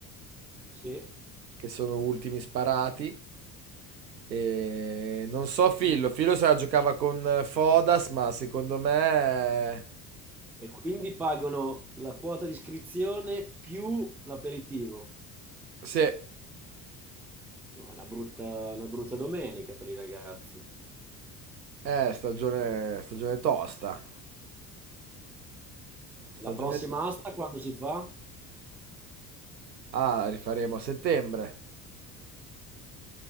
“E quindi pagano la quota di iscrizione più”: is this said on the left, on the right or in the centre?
Centre